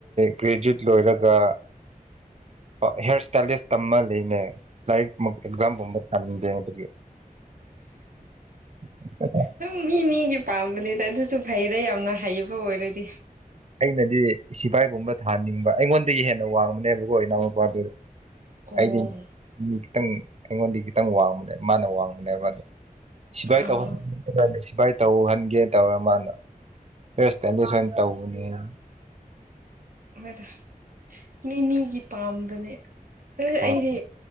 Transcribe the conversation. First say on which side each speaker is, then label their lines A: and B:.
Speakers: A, on the right (about 45°); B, on the right (about 65°).
A: ꯒ꯭ꯔꯦꯖꯨꯌꯦꯠ ꯂꯣꯏꯔꯒ ꯍꯤꯌꯥꯔ ꯏꯁꯇꯥꯏꯂꯤꯁ ꯇꯝꯃ ꯂꯩꯅꯦ ꯂꯥꯏꯔꯤꯛ ꯃꯨꯛ ꯑꯦꯛꯖꯥꯝꯒꯨꯝꯕ ꯊꯥꯅꯤꯡꯗꯦ ꯍꯥꯏꯕꯒꯤ <inaudible>
B: ꯗꯨꯝ ꯃꯤ ꯃꯤꯒꯤ ꯄꯥꯝꯕꯅꯦꯗ ꯑꯗꯨꯁꯨ ꯐꯩꯌꯦꯗ ꯌꯥꯝꯅ ꯍꯩꯕ ꯑꯣꯏꯔꯗꯤ
A: ꯑꯩꯅꯗꯤ ꯁꯤꯐꯥꯏꯒꯨꯝꯕ ꯊꯥꯅꯤꯡꯕ ꯑꯩꯉꯣꯟꯗꯒꯤ ꯍꯦꯟꯅ ꯋꯥꯡꯕꯅꯦꯕꯀꯣ ꯏꯅꯥꯎꯅꯨꯄꯥꯗꯨ
B: ꯑꯣ
A: ꯑꯩꯗꯤ ꯃꯤ ꯈꯤꯇꯪ ꯑꯩꯉꯣꯟꯗꯤ ꯈꯤꯇꯪ ꯋꯥꯡꯕꯅꯦ ꯃꯥꯅ ꯋꯥꯡꯕꯅꯦꯕ ꯑꯗꯨ ꯁꯤꯐꯥꯏ
B: ꯑꯥ
A: ꯇꯧ <unintelligible> ꯇꯧꯍꯟꯒꯦ ꯇꯧꯔ ꯃꯥꯅ ꯍꯦꯌꯔ ꯏꯁꯇꯥꯜꯂꯤꯁ ꯑꯣꯏꯅ ꯇꯧꯕꯅꯦ ꯇꯧ
B: ꯍꯣꯏꯗ ꯃꯤ ꯃꯤꯒꯤ ꯄꯥꯝꯕꯅꯦ ꯑꯗꯨ
A: ꯍꯣꯏ
B: ꯑꯩꯗꯤ